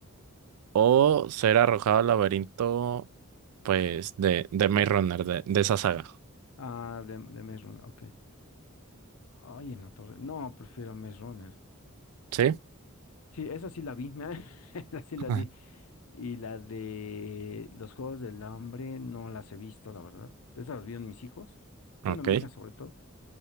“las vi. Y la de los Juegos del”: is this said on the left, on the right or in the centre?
Left